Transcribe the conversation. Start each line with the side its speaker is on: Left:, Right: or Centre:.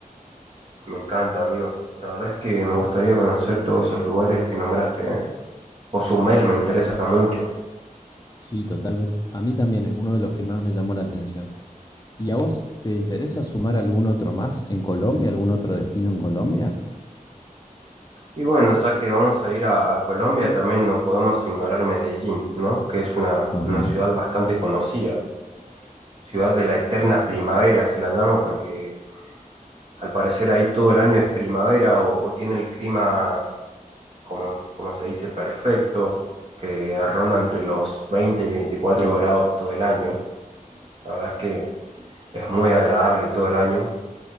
Right: Me encanta, amigo. La verdad es que me gustaría conocer todos esos lugares que nombraste, ¿eh? Cozumel me interesa mucho.
Left: Sí, totalmente. A mí también es uno de los que más me llamó la atención. ¿Y a vos te interesa sumar algún otro más en Colombia, algún otro destino en Colombia?
Right: Y bueno, ya que vamos a ir a, a Colombia, también no podemos ignorar Medellín, ¿no? Que es una,
Left: Ajá,
Right: una ciudad bastante conocida. Ciudad de la eterna primavera se la llama porque Al parecer ahí todo el año es primavera o, o tiene el clima, como, como se dice, perfecto, que ronda entre los 20 y 24 grados todo el año. La verdad es que es muy agradable todo el año,